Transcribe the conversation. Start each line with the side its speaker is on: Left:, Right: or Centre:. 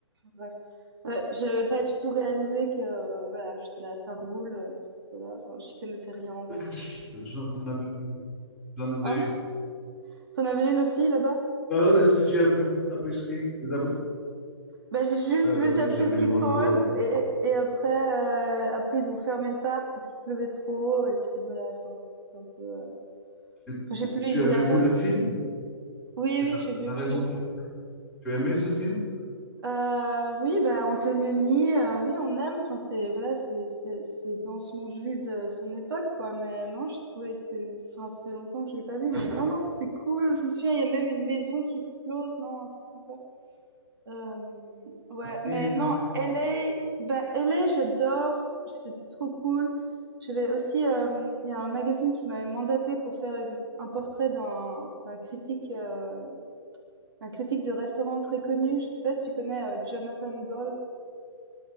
Right: Bref. Ouais, j'avais pas du tout réalisé que euh, voilà, j'étais là, ça roule, euh, voilà, enfin, j'y connaissais rien en voiture.
Centre: Je-
Right: <laughs>
Centre: J'en avais une. J'en avais
Right: Hein?
Centre: une.
Right: T'en avais une aussi là-bas?
Centre: Alors, est-ce que tu as pu voir Zabriskie? Les Zabris-
Right: Bah, j'ai juste
Centre: Euh,
Right: vu ça
Centre: oui,
Right: Presqu'y
Centre: j'avais une Volvo
Right: Point
Centre: à l'époque.
Right: et, et après, euh, après ils ont fermé le parc parce qu'il pleuvait trop et puis voilà, enfin, c'était un peu. euh,
Centre: Et
Right: Enfin, j'ai plus
Centre: Tu avais
Right: la route.
Centre: vu le film?
Right: Oui,
Centre: C'est
Right: oui,
Centre: La
Right: j'ai vu
Centre: la
Right: le
Centre: raison
Right: film.
Centre: pour Tu as aimé ce film?
Right: Heu, oui, bah, Antonioni, heu, oui, on aime, enfin, c'est voilà, c'est c'est c'est dans son jus de son époque, quoi, mais non, je trouvais c'est enfin, ça fait longtemps que je l'ai pas vu, mais non, non, c'était cool. Je me souviens, il y a même une maison qui explose, non, un truc comme ça? Hem, ouais, mais
Centre: Oui, oui,
Right: non,
Centre: oui.
Right: LA, bah, LA, j'adore, c'était trop cool. J'avais aussi, hem, il y a un magazine qui m'avait mandaté pour faire une un portrait d'un d'un critique, heu, d'un critique de restaurant très connu. Je sais pas si tu connais, heu, Jonathan Gold?